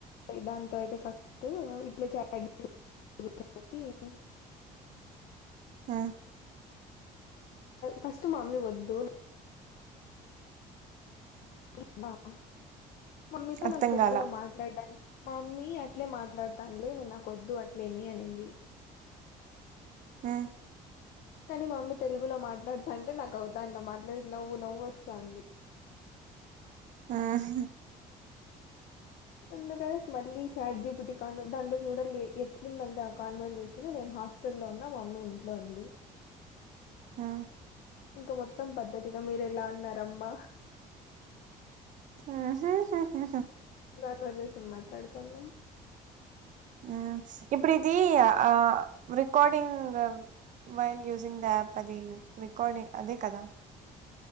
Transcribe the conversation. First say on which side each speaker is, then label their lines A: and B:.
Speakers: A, on the left (about 75°); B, on the right (about 55°).
A: దాంతో అయితే ఫస్ట్ ఇట్లే చాటజీ పెట్టి <unintelligible>
B: ఆ
A: ఫస్ట్ మామ్మీ వద్దు అని నిక్ బ్బా <unintelligible> మమ్మీతో
B: అర్థం
A: నాకు తెలుగులో
B: కాల
A: మాట్లాడానికి మా మమ్మీ అట్లే మాట్లాడతానులే నేను నా వద్దు అట్లేమి అనింది
B: ఆ
A: కానీ మా మమ్మీ తెలుగులో మాట్లాడతాంటే నాకు అవ్వుతాండ్ల అట్లా మాట్లాడతాంటే నవ్వు నవ్వు వస్తాంది
B: ఆ హ
A: అందుకనేసి మళ్ళీ చాట్ జీపిటీ కాన్వ దాంట్లో చూడాలి ఎట్లుందంటే ఆ కన్వర్షయేషన్ నేను హాస్టల్ లో ఉన్న మా మమ్మీ ఇంట్లో ఉంది
B: ఆ
A: ఇంకా మొత్తం పద్ధతిగా మీరు ఎలా అన్నారమ్మా
B: ఆహా హ హ
A: కన్వర్షయేషన్ మాట్లాడుకున్నాం
B: అ ఇప్పుడు ఇది ఆ రికార్డింగ్ వైల్ యూజింగ్ యాప్ అది రికార్డింగ్ అదే కదా